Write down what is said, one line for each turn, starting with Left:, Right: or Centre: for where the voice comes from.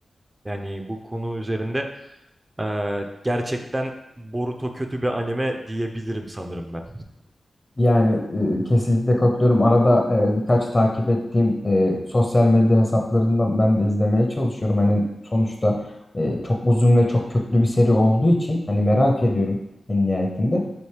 Right: Yani bu konu üzerinde ee, gerçekten Boruto kötü bir anime diyebilirim sanırım ben.
Left: Yani e, kesinlikle katılıyorum. Arada e, birkaç takip ettiğim e, sosyal medya hesaplarından ben de izlemeye çalışıyorum. Hani sonuçta e, çok uzun ve çok köklü bir seri olduğu için hani merak ediyorum en nihayetinde.